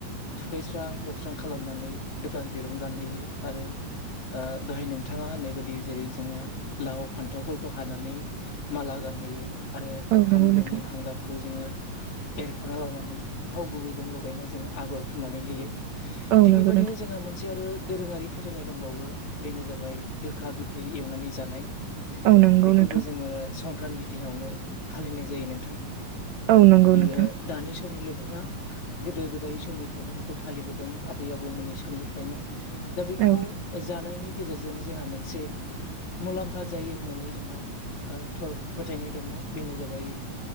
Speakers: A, on the left (about 60°); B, on the right (about 75°).
A: थुखैस्रां लोबस्रां खालामनानै गोदान दिरुं गानहैयो आरो ओ दहाय नोंथाङा ङा होननाय बादि जेरै जोङो लाव फान्थाव फोर खौ हानानै माला गानहैयो आरो
B: औ
A: ओंखाम
B: नंगौ
A: दोनि
B: नोंथां
A: हांगारखौ जोङो एरख'ना लानानै थाव गुबैजों लगायना जोङो आगर फुननानै होयो
B: औ
A: थिग
B: नंगौ
A: बेबायदिनो
B: नोंथां
A: जोंहा मोनसे आरो दोरोङारि फोथायनाय दंबावो बेनो जाबाय गोखा गोखै एवनानै जानाय
B: औ नंगौ
A: बेखौबो
B: नोंथां
A: जोङो संक्रान्ति दिनावनो फालिनाय जायो नोंथां
B: औ नंगौ
A: ओ बियो
B: नोंथां
A: दानि समनिल' नङा गोदो गोदाय समनिफ्रायनो बेखौ फालिबोदों आबै आबौमोननि समनिफ्रायनो दा बेखौ
B: औ
A: जानायनि गेजेरजों जोंहा मोनसे मुलाम्फा जायो होननानै जोंहा ओ फोथायनाय दङ बेनो जाबाय